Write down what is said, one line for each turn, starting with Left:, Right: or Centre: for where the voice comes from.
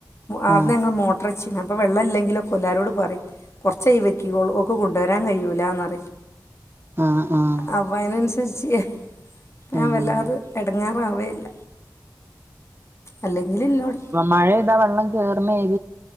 Left: ആട്ന്ന്
Right: ആഹ്
Left: ഞങ്ങള് മോട്ടർച്ചന് അപ്പൊ വെള്ളം ഇല്ലെങ്കിലൊക്കെ എല്ലാരോട് പറയും കുറച്ച് ആയില് വെക്കി ഒ ൾക് കൊണ്ടുരാൻ കഴിയൂലന്നറിം,
Right: ആഹ് ആഹ് ആഹ്
Left: അപ്പ അയിനനസരിച്ച്. ഞാൻ
Right: ആഹ്
Left: വല്ലാതെ എടങ്ങാറാവേല്ല. അല്ലെങ്കില ഇന്നോടെ
Right: മഴയെതാ വെള്ളകേറുന്നേരി